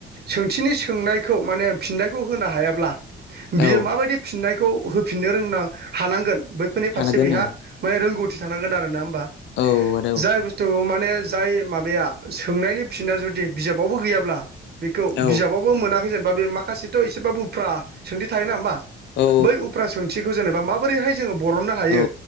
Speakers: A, on the right; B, on the left.
A: सोंथिनि सोंनायखौ माने फिननायखौ होनो हायाब्ला बियो
B: औ
A: माबायदि फिननायखौ होफिननो रोंना हानांगोन बैफोरनि
B: हानांगोन
A: फारसे बेहा
B: औ
A: माने रोंगौथि थानांगोन आरोना नोंङा होमबा
B: औ आदा औ
A: जाय बुस्थुखौ माने जाय माबाया सोंनायनि फिना जुदि बिजाबावबो गैयाब्ला बेखौ
B: औ
A: बिजाबावबो मोनाखै जेनब बा बे बा माखासे एसेबाबो उफ्रा सोंथि थायोना बा
B: औ
A: बै उफ्रा सोंथिखो जेनेबा माबोरैहाय जो बरननो हायो
B: औ